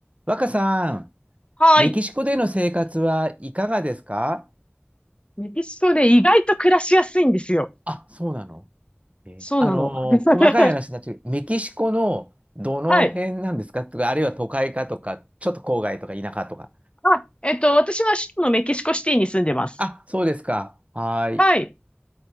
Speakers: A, on the right; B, on the left.
A: 若さん、
B: はい。
A: メキシコでの生活はいかがですか
B: メキシコで意外と暮らしやすいんですよ。
A: あ、そうなの。えあのー細かい話になっちゃう。
B: そうなの。<laughs>
A: メキシコのどの辺なんですかとか、
B: はい。
A: あるいは都会かとか、ちょっと郊外とか田舎とか。
B: あ、えっと、私は首都のメキシコシティに住んでます。
A: あ、そうですか。はーい。
B: はい。